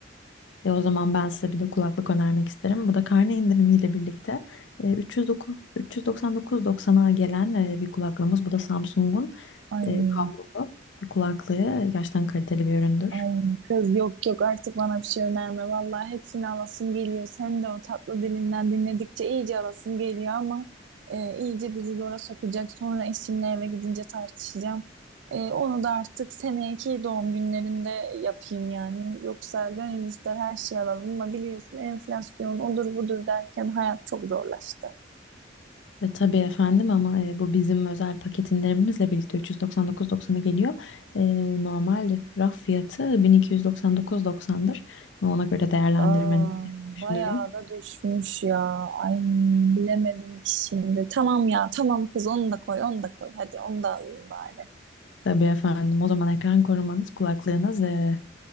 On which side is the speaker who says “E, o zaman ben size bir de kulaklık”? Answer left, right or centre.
Left